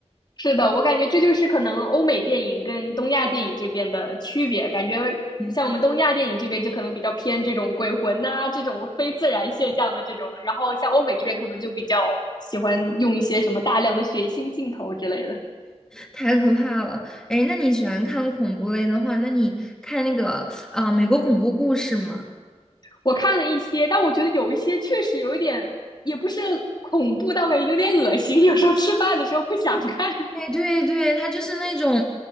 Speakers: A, on the left (about 40°); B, in the centre.
A: 是的，我感觉这就是可能欧美电影跟东亚电影这边的区别。感觉
B: 对，
A: 像我们东亚电影这边就可能比较偏这种鬼魂呐、这种非自然现象的这种，然后像欧美这边可能就比较喜欢用一些什么大量的血腥镜头之类的。
B: 太可怕了。哎，那你喜欢看恐怖类的话，那你看那个啊、呃美国恐怖故事》吗？
A: 我看了一些，但我觉得有一些确实有一点，也不是恐怖，但我感觉有点恶心。有时候吃饭的时候不想看。<laughs>
B: 哎对对，他就是那种，